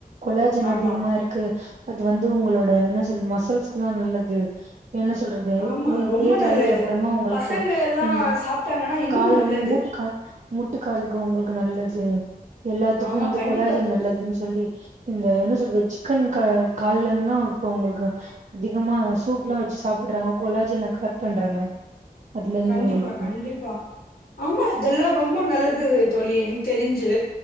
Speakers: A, on the right; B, on the left.
A: கொலாஜன்
B: ஆமா
A: அதிகமா இருக்கு அது வந்து உங்களோட என்ன சொல்ற மஸ்ல்ஸ்குல்லா நல்லது என்ன சொல்றது
B: ஆமா
A: எ
B: ரொம்ப
A: ஏஜ்
B: நல்லது
A: ஆயிட்டு அப்புறமா உங்களுக்கு
B: பசங்க எல்லா
A: ம்
B: சாப்ட்டாங்கன்னா இன்னு
A: கால்
B: நல்லது
A: முட் டுக்கால் முட்டுக்காலுக்கு உங்களுக்கு நல்லது எல்லாத்துக்கு
B: ஆமா
A: வந்து
B: கண்டிப்பா
A: கொலாஜன்
B: தோழி
A: நல்லதுன் ச் சொல்லி இந்த என்ன சொல்றது சிக்கன் கா கால்லன்னா இப்போ உங்களுக்கு அதிகமா சூப்லா வெச்சு சாப்புடுறாங்க கொலாஜன கர்ட் பண்றாங்க அதுல இருந்து
B: கண்டிப்பா
A: உங்களுக்கு
B: கண்டிப்பா ஆமா இதெல்லா ரொம்ப நல்லது தோழி எனக்கு தெரிஞ்சு